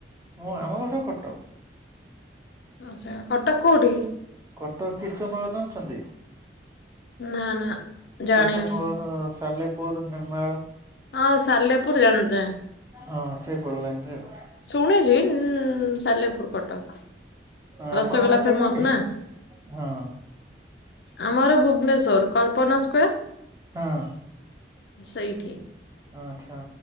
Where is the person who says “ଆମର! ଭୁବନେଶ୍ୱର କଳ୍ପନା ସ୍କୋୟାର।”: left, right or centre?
Left